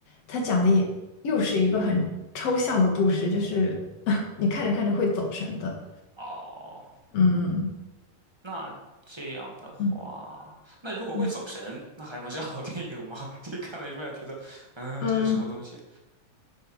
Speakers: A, on the left (about 50°); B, on the right (about 15°).
A: 他讲的也又是一个很抽象的故事，就是 <laughs> 你看着看着会走神的。
B: 哦。
A: 嗯
B: 那这样的话，
A: 嗯
B: 那如果会走神，
A: 嗯，
B: 那还能是好电影吗？<laughs> 你看了一半觉得，嗯，
A: 嗯，
B: 这是什么东西？